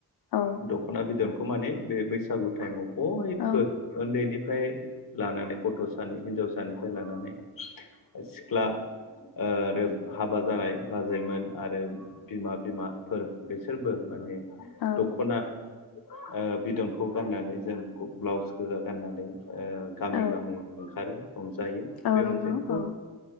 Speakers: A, on the left; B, on the left.
A: औ
B: दख'ना बिदनखौ माने बे बैसागु टाइमाव बयबो
A: औ
B: उन्दैनि। फ्राय लानानै गथ' सानि हिनजावसानिफ्राय लानानै सिख्ला। ओ आरो हाबा जानाय बाजैमोन आरो बिमा बिमाफोर बिसोरबो माने
A: औ
B: दख'ना
A: औ
B: ओ बिदनखौ गाननानै जों ब्लाउस गोजा गाननानै। ओ गामि
A: औ
B: गामि ओंखारो रंजायो
A: औ
B: बे
A: नंगौ
B: मोनसे खुब
A: औ